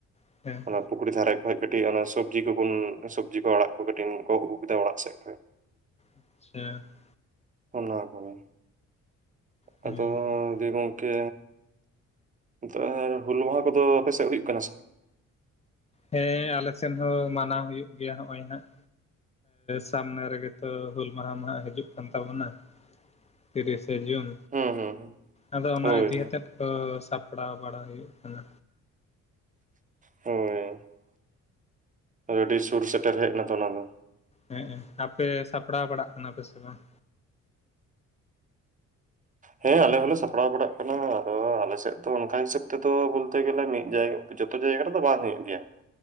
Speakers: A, on the left (about 20°); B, on the right (about 25°).
A: <unintelligible>
B: ᱚᱱᱟ ᱯᱩᱠᱷᱨᱤ ᱫᱷᱟᱨᱮ ᱠᱷᱚᱡ ᱠᱟᱹᱴᱤᱡ ᱚᱱᱟ ᱥᱚᱵᱽᱡᱤ ᱠᱚᱵᱩᱱ ᱥᱚᱵᱽᱡᱤ ᱠᱚ ᱟᱲᱟᱜ ᱠᱚ ᱠᱟᱴᱤᱡ ᱜᱚᱜ ᱟᱹᱜᱩ ᱠᱮᱫᱟ ᱚᱲᱟᱜ ᱥᱮᱫ ᱠᱷᱚᱡ
A: <unintelligible>
B: ᱚᱱᱟ ᱠᱚᱜᱮ
A: ᱦᱮᱸ
B: ᱟᱫᱚ
A: ᱦᱮᱸ
B: ᱫᱤ ᱜᱚᱝᱠᱮ ᱱᱤᱛᱚᱜ ᱟᱨ ᱦᱩᱞ ᱢᱟᱦᱟ ᱠᱚᱫᱚ ᱟᱯᱮᱥᱮᱫ ᱦᱩᱭᱩᱜ ᱠᱟᱱᱟ ᱥᱮ ᱵᱟᱝ
A: ᱦᱮᱸ ᱟᱞᱮ ᱥᱮᱫ ᱦᱚᱸ ᱢᱟᱱᱟᱣ ᱦᱩᱭᱩᱜ ᱜᱮᱭᱟ ᱱᱚᱜᱼᱚᱭ ᱦᱟᱸᱜ ᱥᱟᱢᱱᱮ ᱨᱮᱜᱮ ᱛᱚ ᱦᱩᱞ ᱢᱟᱦᱟ ᱢᱟᱦᱟᱜ ᱦᱤᱡᱩᱜ ᱠᱟᱱ ᱛᱟᱵᱚᱱᱟ ᱛᱤᱨᱤᱥᱮ ᱡᱩᱱ
B: ᱦᱩᱸ ᱦᱩᱸ ᱦᱩᱸ
A: ᱟᱫᱚ ᱚᱱᱟ
B: ᱦᱳᱭ
A: ᱤᱫᱤ ᱟᱛᱮᱫ ᱠᱚ ᱥᱟᱯᱲᱟᱣ ᱵᱟᱲᱟ ᱦᱩᱭᱩᱜ ᱠᱟᱱᱟ
B: ᱦᱳᱭ ᱟᱹᱰᱤ ᱥᱩᱨ ᱥᱮᱴᱮᱨ ᱦᱮᱡ ᱱᱟᱛᱚ ᱚᱱᱟ ᱢᱟ
A: ᱦᱮᱸ ᱟᱯᱮ ᱥᱟᱯᱲᱟᱣ ᱵᱟᱲᱟᱜ ᱠᱟᱱᱟ ᱯᱮ ᱥᱮ ᱵᱟᱝ
B: ᱦᱮᱸ ᱟᱞᱮ ᱦᱚᱸᱞᱮ ᱥᱟᱯᱲᱟᱣ ᱵᱟᱲᱟᱜ ᱠᱟᱱᱟ ᱟᱫᱚ ᱟᱞᱮᱥᱮᱫ ᱫᱚ ᱚᱱᱠᱟ ᱦᱤᱥᱟᱹᱵ ᱛᱮᱫᱚ ᱵᱚᱞᱛᱮ ᱜᱮᱞᱮ ᱢᱤᱫ ᱡᱟᱭᱜᱟ ᱡᱚᱛᱚ ᱡᱟᱭᱜᱟ ᱨᱮᱫᱚ ᱵᱟᱝ ᱦᱩᱭᱩᱜ ᱜᱮᱭᱟ